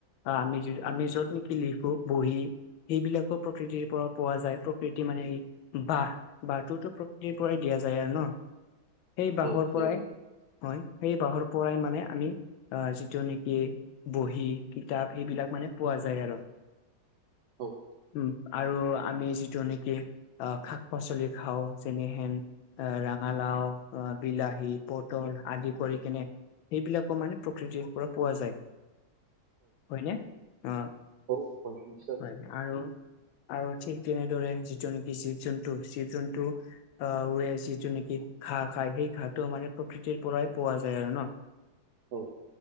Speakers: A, on the left; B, on the right.
A: আমি য আমি য'ত নেকি লিখো বহি। সেইবিলাকো প্ৰকৃতিৰ পৰা পোৱা যায় প্ৰকৃতি মানে। বাহ, বাঁহটোতো প্ৰকৃতিৰ পৰাই দিয়া যায় আৰু ন।
B: <inaudible>
A: সেই বাঁহৰ, পৰাই
B: দিয়ে
A: হয় সেই বাঁহৰ পৰাই মানে আমি- আহ যিটো নেকি বহী, কিতাপ সেইবিলাক মানে পোৱা যায় আৰু-
B: অ
A: উম আৰু আমি যিটো নেকি আহ শাক-পাচলি খাওঁ যেনেহেন- অ ৰঙালাও, অ বিলাহী, পটল আদি কৰি কেনে সেইবিলাকো মানে প্ৰকৃতিৰ পৰা পোৱা যায় হয়নে। অ
B: হয় হয় নিশ্চয়।
A: হয় আৰু আৰু ঠিক তেনেদৰে যিটো নেকি জীৱ- জন্তু, জীৱ - জন্তু বোৰে যিটো নেকি ঘাঁহ, খাই সেই ঘাঁহটো মানে প্ৰকৃতিৰ পৰাই পোৱা যায় আৰু ন।
B: অ